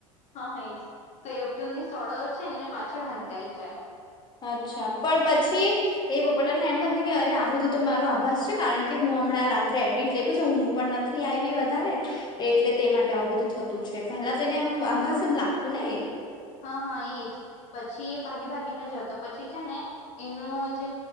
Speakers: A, on the left; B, on the left.
A: હા એ તો એ અબ્દુલ ની સળો છે ને એ પાછળ હંતઈ જાય.
B: અચ્છા પણ પછી એ બોપલા એમ જ નહી અરે આ બધું તો મારો આભાસ છે, કારણ કે હું હમણાં રાત્રે એડિટ લેખું છ હું પણ નથી આવી વધારે એટલે તે માટે આવું બધું થતું છે, પેલા તો એને એમ આભાસ જ લાગતું ને એ?
A: હા, હા, એજ પછી એ ભાગી ભાગીને જતો પછી છે ને એનું જે